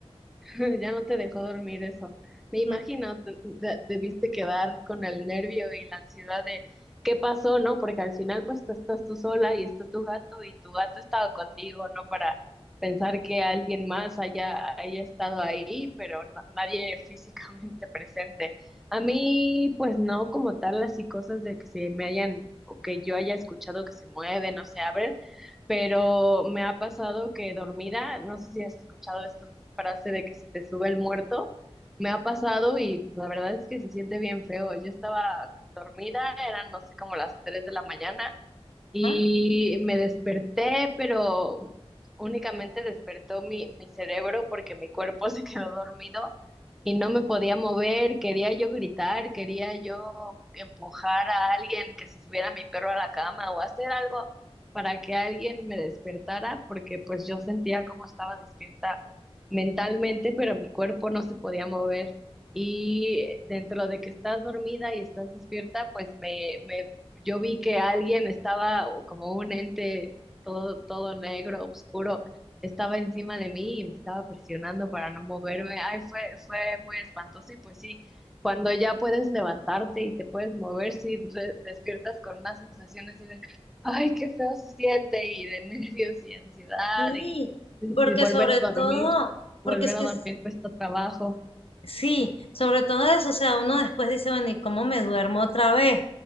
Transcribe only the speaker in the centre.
<laughs> Ya no te dejó dormir eso. Me imagino,
te- te- debiste quedar con el nervio y la ansiedad de qué pasó, ¿no? Porque al final pues tú estás tú sola y está tu gato y tu gato estaba contigo, ¿no? Para pensar que alguien más haya, haya estado ahí, pero na- nadie físicamente <laughs> presente. A mí pues no como tal así cosas de que se me hayan o que yo haya escuchado que se mueven o se abren pero me ha pasado que dormida, no sé si has escuchado esta frase de que se te sube el muerto, me ha pasado y pues, la verdad es que se siente bien feo. Yo estaba dormida, eran no sé como las 3 de la mañana y
me desperté, pero únicamente despertó mi, mi cerebro porque mi cuerpo <laughs> se quedó dormido y no me podía mover. Quería yo gritar, quería yo empujar a alguien que se subiera mi perro a la cama o hacer algo para que alguien me despertara porque pues yo sentía como estaba despierta mentalmente, pero mi cuerpo no se podía mover. Y dentro de que estás dormida y estás despierta, pues me, me yo vi que alguien estaba o como un ente todo, todo negro, oscuro, estaba encima de mí y me estaba presionando para no moverme. Ay, fue, fue muy espantoso y pues sí, cuando ya puedes levantarte y te puedes mover, sí re- despiertas con una sensación así de, ay, qué feo se siente y de <laughs> nervios y ansiedad
y, y
volver
a dormir,
volver
a dormir cuesta trabajo